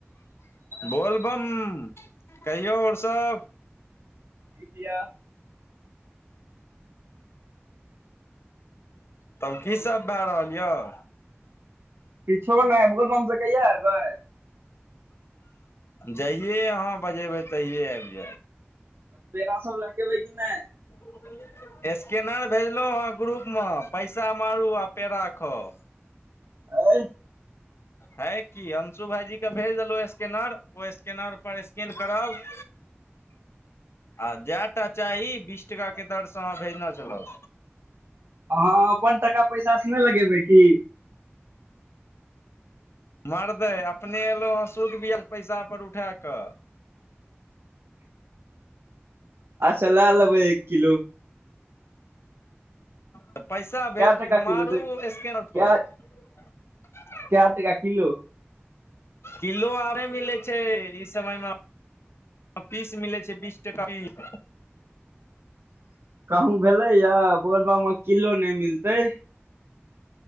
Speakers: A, on the left (about 70°); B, on the right (about 70°).
A: बोलबम कहियौ और सब?
B: ठीक या।
A: तब की सब भअ रहल यऽ?
B: किछो नै बोलबम से कहिया एयबै?
A: जहिए आहाँ बजेबै तहिए आइब जेएब।
B: पेरा सब लए के अबैय कि नै?
A: <unintelligible> स्कैनर भेजलौ हेँ ग्रुप मे पैसा मारू आ पेरा खाऊ।
B: अय
A: हैय की अंशु भाईजी के भेज देलौ स्कैनर ओ स्कैनर पर स्कैन करब।
B: <inaudible>
A: आ जएटा चाही बीस टका के दरसँ आहाँ भेजने चलब।
B: आहाँ अपन टका पैसा से नै लगेबै की?
A: मरदै अपने एलौ है सूध बीआ पैसा पर उठा कऽ।
B: अच्छा लए लेबै एक किलो।
A: तऽ पैसा भे
B: कै टका
A: मारू
B: किलो दै
A: स्कैनर पर।
B: कै
A: <unintelligible>
B: कए टका किलो?
A: किलो आरे मिलै छै ई समय मे। पीस मिलै छै बीस टका पीस।
B: कहूँ भेलेै या बोलबम मे किलो नै मिलते।